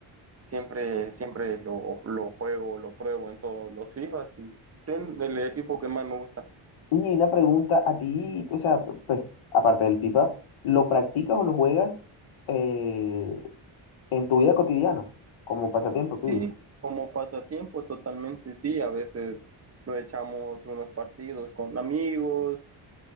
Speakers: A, on the right; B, on the left.
A: Siempre, siempre lo, lo juego, lo pruebo en todos los FIFAs y es el equipo que más me gusta.
B: Y una pregunta, ¿a ti, o sea, p- pues aparte del FIFA, ¿lo practicas o lo juegas eh, en tu vida cotidiana? Como pasatiempo tuyo.
A: Sí, como pasatiempo, totalmente sí. A veces nos echamos unos partidos con amigos